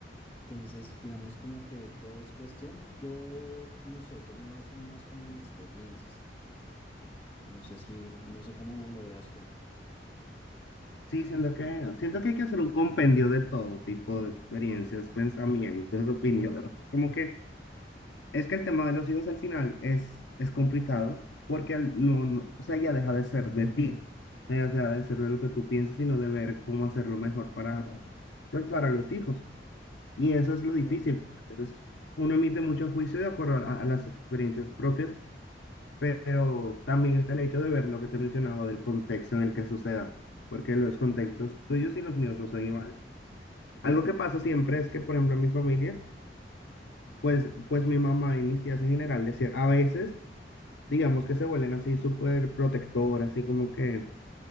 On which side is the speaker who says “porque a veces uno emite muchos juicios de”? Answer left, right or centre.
Left